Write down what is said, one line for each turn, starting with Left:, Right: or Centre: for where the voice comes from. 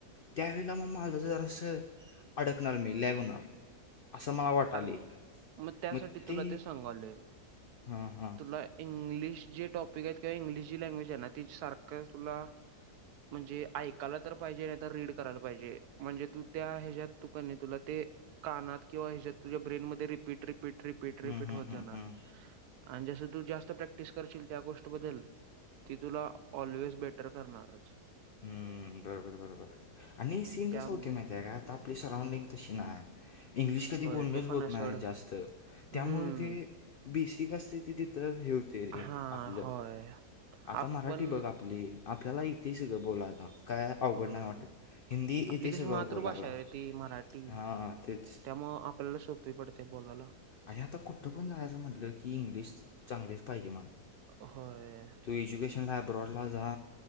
Left: त्यावेळेला म माझं जरास अडकणार मी लॅगहोणार. असं मला वाटाले
Right: अरे मग त्यासाठी
Left: म
Right: तुला
Left: ते
Right: सांगालोय
Left: हा हां.
Right: तुला इंग्लिश जे टॉपिक आहेत किंवा इंग्लिश जी लँग्वेज आहे ना तीचं सारखंच तुला. म्हणजे याकाला तर पाहिजे नाही तर रीड करायला पाहिजे, म्हणजे तू त्या ह्याच्यात तु कनी तुला ते. कानात किंवा ह्याच्यात तुझ्या ब्रेन मध्ये रिपीट रिपीट रिपीट रिपीट
Left: हम्म, हम्म,
Right: होत
Left: हम्म,
Right: जाणार
Left: हम्म,
Right: आणि जसं तू जास्त प्रॅक्टिस करशील त्या गोष्ट बद्दल ती तुला ऑलवेज बेटर करणारच.
Left: हूं बरोबर बरोबर आणि सींन
Right: त्यामुळे
Left: कसां होत्योय माहिती आहे का ताप आपली सराऊडिंग तशी नाय. इंग्लिश कधी
Right: होय
Left: बोललच
Right: ते पण
Left: होत
Right: आहे सोड
Left: नाही जास्त
Right: हम्म
Left: त्यामुळ ते. बेसिक असते ते तिथं हे होत य
Right: हा
Left: आपलं
Right: होय
Left: आता
Right: आपण
Left: मराठी बघ आपली आपल्याला यीतीय सगळ बोलायला. काय अवघड
Right: होय
Left: नाही वाटत, हिंदी
Right: आपली
Left: येते
Right: कशी
Left: सगळं
Right: मातृभाषा
Left: बोलायला
Right: आहे रे ती मराठी
Left: हां तेच.
Right: त्यामुळं आपल्याला सोपी पडते बोलाला.
Left: आणि आता कुठं पण जायचं म्हटलं की इंग्लिश चांगलीच पाहिजे मर्दा
Right: होय
Left: तु एजुकेशन अब्रोडला जा.